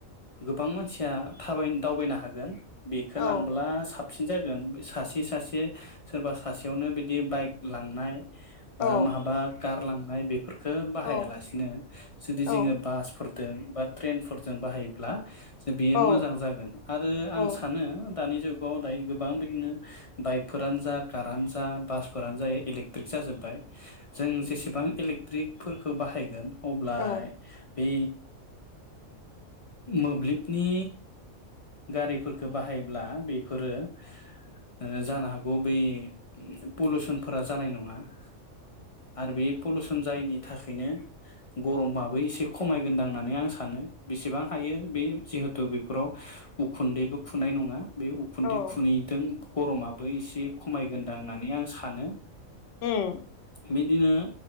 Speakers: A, on the left; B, on the left.
A: गोबां मानसिया थाबाय दावबायनो हागोन बेखो
B: औ
A: लांब्ला साब जागोन बे सासे सासे सोरबा सासेयावनो बिदि बाइक लांनाय बा
B: औ
A: माहाबा गारलांनाय बे फोरखो बाहाया
B: औ
A: लासिनो जुदि
B: औ
A: जोंङो बासफोर जों बा ट्रेनफोरजों बाहायोब्ला जे बियो
B: औ
A: मोजां जागोन आरो
B: औ
A: आं सानो दानि जुगाव दायो गोबां बिदिनो बाइकफोरानो जा कारानो जा बासफोरानो जायो इलेकट्रिक जाजोब्बाय जों जेसेबां इलेक ट्रिकफोरखौ बाहायगोन अब्ला
B: औ
A: बे मोब्लिबनि गारिफोरफोरखौ बाहायोब्ला बेफोरो जानो हागौ बै पुलुउसनफोरा जानाय नङा । आरो बे पलुसन जायैनि थाखायनो गरमाबो एसे खमायगोनदां होननानै आं सानो बेसेबां हायो बे जिहेथु बेफोराव उखुन्दैबो खुनाय नङा बे उखुन्दै
B: औ
A: फुनहैदों गरमाबो एसे खमायगोनदां होननानै आं सानो।
B: उम
A: बिदिनो